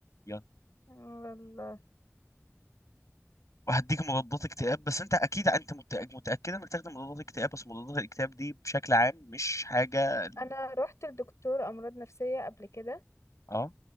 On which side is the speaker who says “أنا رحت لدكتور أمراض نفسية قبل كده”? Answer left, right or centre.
Left